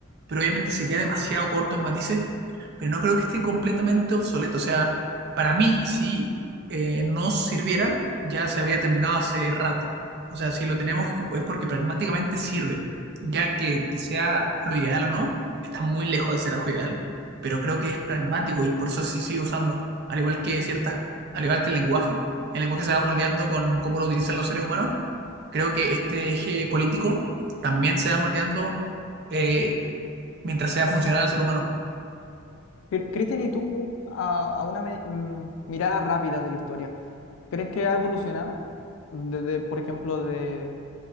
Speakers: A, on the right; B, on the left.
A: pero obviamente se queda demasiado corto en matices, pero no creo que esté completamente obsoleto. O sea, para mí, si eh, no sirviera, ya se habría terminado hace rato. O sea, si lo tenemos es porque pragmáticamente sirve, ya que, que sea lo ideal o no, está muy lejos de ser algo ideal pero creo que es pragmático y por eso sí sigue usando, al igual que ciertas, al igual que el lenguaje, el lenguaje se va moldeando con cómo lo utilizan los seres humanos, creo que este eje político también se va moldeando eh, mientras sea funcional al ser humano.
B: Cri- Cristian, ¿y tú a, a una me- mm, mirada rápida de la historia, crees que ha evolucionado? Desde, por ejemplo, de,